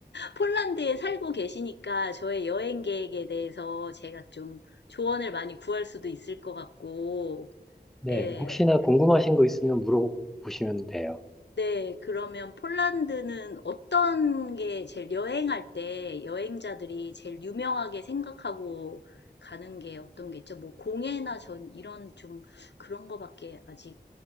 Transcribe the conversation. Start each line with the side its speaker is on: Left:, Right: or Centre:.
Left: 폴란드에 살고 계시니까 저의 여행 계획에 대해서 제가 좀 조언을 많이 구할 수도 있을 것 같고,
Centre: 네,
Left: 예. 네.
Centre: 혹시나 궁금하신 거 있으면 물어보시면 돼요.
Left: 네, 그러면 폴란드는 어떤 게 제일 여행할 때 여행자들이 제일 유명하게 생각하고 가는 게 어떤 게 있죠? 뭐 공예나 전 이런 좀 그런 거밖에 아직